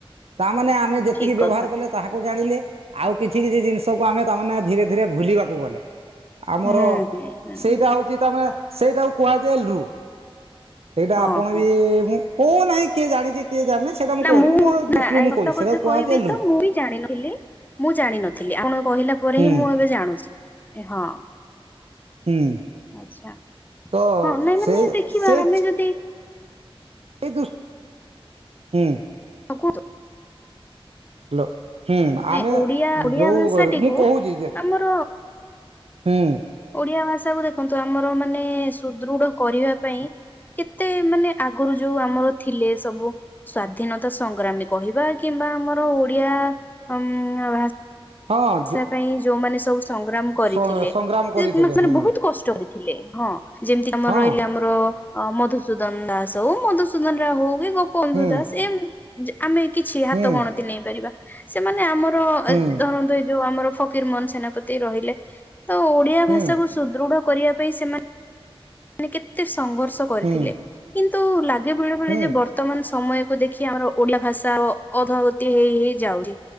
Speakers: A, on the right; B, on the left.
A: ତାମାନେ ଆମେ ଯେତିକି
B: ଠିକ କଥା।
A: ବ୍ୟବହାର କଲେ ତାହାକୁ ଜାଣିଲେ। ଆଉ କିଛି କିଛି ଜିନିଷକୁ ଆମେ ତାମାନେ ଧୀରେ ଧୀରେ ଭୁଲିବାକୁ ଗଲେ। ଆମର
B: ହୁଁ ହୁଁ ହୁଁ
A: ସେଇଟା ହଉଛି ତା ମାନେ ସେଇଟାକୁ କୁହାଯାଏ ଲୁ ସେଇଟା
B: ହଁ
A: ଆପଣ
B: ହଁ।
A: ବି ମୁଁ କୁହ ନାହିଁ କିଏ ଜାଣିଛି କିଏ ଜାଣିନି ସେଇଟା
B: ନା
A: କହୁନି
B: ମୁଁ
A: ମୋ ଦୃଷ୍ଟିରୁ ମୁଁ
B: ସତ
A: କହୁଛି ସେଇଟା
B: କଥା
A: କୁହାଯାଏ
B: କହିବି
A: ଏଲରୁ
B: ତ ମୁଁ ବିି ଜାଣିନଥିଲି ମୁଁ ଜାଣିନଥିଲି ଆପଣ କହିଲା ପରେ
A: ହୁଁ
B: ହିଁ ମୁଁ ଏବେ ଜାଣୁଛି ହଁ।
A: ହୁଁ
B: ଆଛା
A: ତ
B: ହଁ ନାଇଁ
A: ସେଇ
B: ନାଇଁ ଦେଖିବା
A: ସେଇ
B: ଆମେ ଯଦି
A: ସେଇ ଦୁଶ ହୁଁ।
B: ଆ କୁହ
A: ହ୍ୟାଲୋ। ହୁଁ
B: ନାଇଁ
A: ଆମେ
B: ଓଡିଆ ଓଡିଆ
A: ଯୋଉ
B: ଭାଷାଟିକୁ
A: ମୁଁ କହୁଛି ଯେ
B: ଆମର
A: ହୁଁ
B: ଓଡିଆ ଭାଷାକୁୁ ଦେଖନ୍ତୁ ଆମର ମାନେ ସୁଦୃଢ କରିବା ପାଇଁ କେତେ ମାନେ ଆଗରୁ ଯୋଉ ଆମର ଥିଲେ ସବୁ ସ୍ଵାଧୀନତା ସଂଗ୍ରାମୀ କହିବା କିମ୍ବା ଆମର ଓଡିଆ ଉ ଭା
A: ହୁଁ
B: ଭାଷା ପାଇଁ ଯୋଉମାନେ ସବୁ ସଂଗ୍ରାମ କରିଥିଲେ
A: ହଁ ସଂଗ୍ରାମ କରିଥିଲେ
B: ସେମାନେ
A: ହୁଁ
B: ବହୁତ କଷ୍ଟ ରେଥିଲେ ହଁ। ଯେମତି ଆମର
A: ହଁ
B: ରହିଲେ, ଆମର ମଧୁ ସୂଦନ ଦାସ ହଉ ମଧୁସୂଦନ ରାଓ ହଉ କି ଗୋପବନ୍ଧୁ
A: ହୁଁ
B: ଦାସ ଏମ୍ ଯେ ଆମେ କିଛି ହାତ
A: ହୁଁ
B: ଗଣତି ନେଇପାରିବା ସେମାନେ ଆମର
A: ହୁଁ
B: ଧର ଯୋଉ ଆମର ଫକୀର ମୋହନ ସେନାପତି ରହିଲେ ତ ଓଡିଆ
A: ହୁଁ
B: ଭାଷାକୁ ସୁଦୃଢ କରିବା ସେମାନେ କେତେ ସଂଘର୍ଷ କରିଥିଲେ
A: ହୁଁ
B: କିନ୍ତୁ ଲ ବେଳେବେେଳେ
A: ହୁଁ
B: ଯେ ବର୍ତ୍ତମାନ ସମୟ ଦେଖି ଆମର ଓଡିଆ ଭାଷା ଅଧଗତି ହେଇ ହେଇ ଯାଉଛି